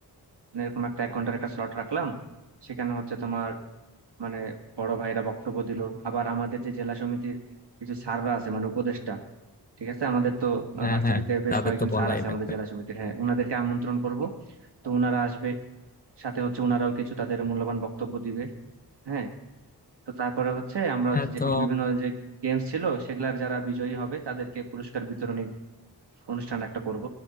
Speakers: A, on the right; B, on the left.
A: মানে এরকম একটা এক ঘন্টার একটা স্লট রাখলাম সেখানে হচ্ছে তোমার মানে বড় ভাইরা বক্তব্য দিল আবার আমাদের যে জেলা সমিতির কিছু স্যাররা আছে মানে উপদেষ্টা ঠিক আছে আমাদের তো
B: হ্যাঁ
A: ভার্সিটিতে
B: হ্যাঁ
A: বেশ
B: তাদের
A: কয়েকজন
B: তো বলাই
A: স্যার আছে
B: লাগবে
A: আমাদের জেলা সমিতির হ্যাঁ ওনাদেরকে আমন্ত্রণ করব তো ওনারা আসবে সাথে হচ্ছে ওনারাও কিছু তাদের মূল্যবান বক্তব্য দিবে হ্যাঁ তো তারপরে হচ্ছে আমরা হচ্ছে
B: হ্যাঁ
A: যে
B: তো
A: বিভিন্ন যে গেমস ছিল সেগুলার যারা বিজয়ী হবে তাদেরকে পুরস্কার বিতরণী অনুষ্ঠান একটা করব